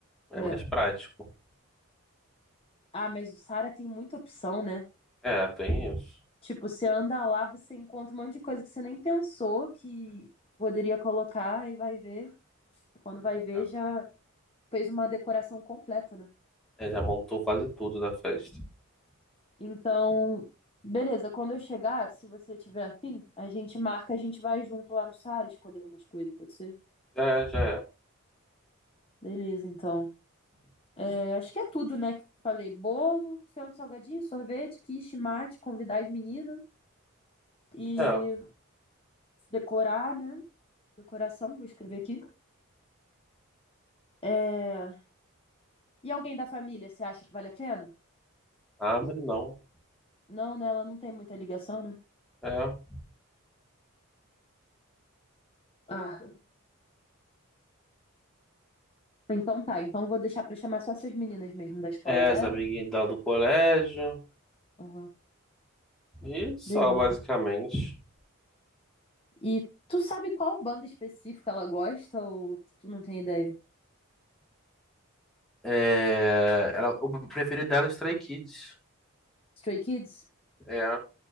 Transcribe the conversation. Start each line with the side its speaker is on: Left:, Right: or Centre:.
Centre: é
Left: é.
Centre: mais prático.
Left: Ah, mas o Sara tem muita opção, né?
Centre: É, tem isso.
Left: Tipo, você anda lá, você encontra um monte de coisa que você nem pensou que poderia colocar e vai ver. Quando vai ver,
Centre: É,
Left: já fez uma decoração completa, né?
Centre: É, já montou quase tudo da festa.
Left: Então, beleza, quando eu chegar, se você tiver afim, a gente marca, a gente vai junto lá no Sara escolher umas coisas, pode ser?
Centre: Já é, já
Left: Beleza, então. É, acho que é tudo, né? que eu Falei, bolo, centro salgadinho, sorvete, quiche, mate, convidar as meninas e
Centre: é. É,
Left: decorar, né? Decoração, vou escrever aqui. É, E alguém da família, você acha que vale a pena?
Centre: árvore não.
Left: Não, né? Ela não tem muita ligação, né?
Centre: É.
Left: Ah, então tá. Então vou deixar pra chamar só essas meninas mesmo da escola
Centre: É,
Left: dela.
Centre: as amiguinhas dela do colégio.
Left: Aham,
Centre: E só,
Left: Beleza.
Centre: basicamente.
Left: E tu sabe qual banda específica ela gosta ou tu não tem ideia?
Centre: É, ela, o preferido dela é os Stray Kids.
Left: Stray Kids?
Centre: É,